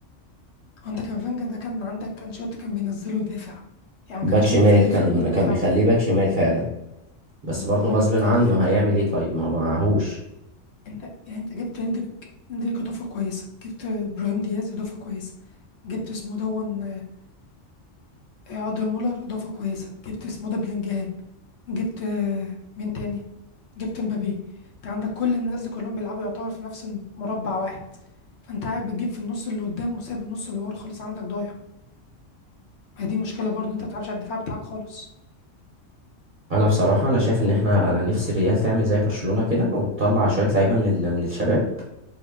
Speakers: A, on the left (about 60°); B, on the right (about 45°).
A: هو انت كان فانجا ده كان عندك كان شوت كان بينزله يدافع يعني
B: باك
A: ما كانش
B: شمال
A: بيخليه
B: كان
A: في الدور بتاعه
B: كان بيخليه باك شمال فعلا بس
A: بقول
B: برضه غصب
A: لك هي
B: عنه
A: دي الفكرة
B: هيعمل ايه طيب ما هو معهوش
A: انت يعني انت جبت اندريك اندريك اضافة كويسة جبت ابراهيم دياز اضافة كويسة جبت اسمه دون آه، آه، ادريان مولر اضافة كويسة جبت اسمه ده بلينجهام جبت آه، مين تاني جبت مبابي انت عندك كل الناس دي كلهم بيلعبوا يعتبر في نفس مربع واحد فانت قاعد بتجيب في النص اللي قدام وسايب النص اللي ورا خالص عندك ضايع هي دي مشكله برضو انت ما بتلعبش على الدفاع بتاعك خالص
B: انا بصراحة انا شايف ان احنا انا نفسي الريال تعمل زي برشلونة كده وتطلع شوية لعيبة من ال... من الشباب